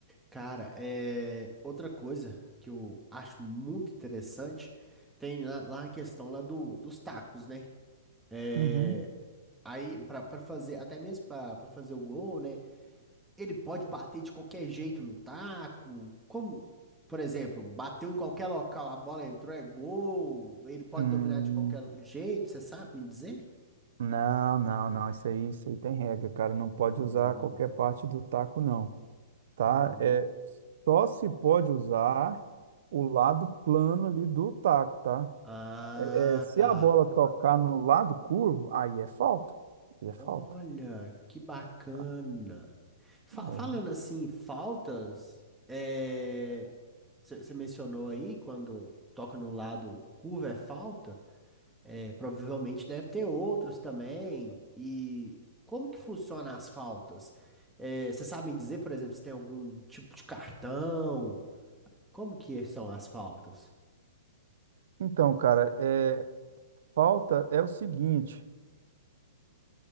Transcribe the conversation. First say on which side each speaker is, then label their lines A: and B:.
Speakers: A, in the centre; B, on the right.
A: Cara, é... outra coisa que eu acho muito interessante tem lá, lá a questão lá do, dos tacos, né? É...
B: Uhum.
A: Aí, pra, pra fazer, até mesmo pra, pra fazer o gol, né? Ele pode bater de qualquer jeito no taco. Como, por exemplo, bateu em qualquer local, a bola entrou, é gol. Ele pode
B: Hum,
A: dominar de qualquer jeito, você sabe me dizer?
B: não, não, não. Isso aí, isso aí tem regra, cara. Não pode
A: Hum,
B: usar qualquer parte do taco, não, tá?
A: uhum.
B: É, só se pode usar o lado plano ali do taco, tá?
A: Ah,
B: É, se
A: tá.
B: a bola tocar no lado curvo, aí é falta. Aí é falta.
A: Olha, que bacana.
B: cara.
A: Fa-
B: É.
A: falando assim, faltas, é... você mencionou aí quando toca no lado curva é falta, é, provavelmente deve ter outros também. E como que funciona as faltas? você sabe me dizer, por exemplo, se tem algum tipo de cartão? Como que são as faltas?
B: Então, cara, é, falta é o seguinte.